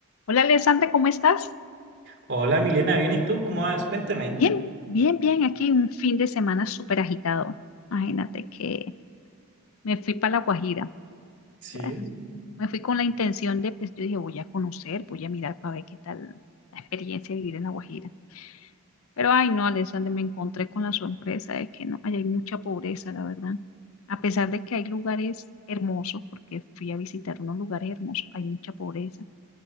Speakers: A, on the left; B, on the right.
A: Hola Alessandra, ¿cómo estás?
B: Hola Milena, ¿bien y tú? ¿Cómo vas? Cuéntame.
A: Bien, bien, bien. Aquí un fin de semana súper agitado. Imagínate que me fui para La Guajira.
B: Sí.
A: Bueno, me fui con la intención de, pues yo dije, voy a conocer, voy a mirar para ver qué tal la experiencia de vivir en La Guajira. Pero ay no, Alessandra, me encontré con la sorpresa de que no, allá hay mucha pobreza, la verdad. A pesar de que hay lugares hermosos, porque fui a visitar unos lugares hermosos, hay mucha pobreza.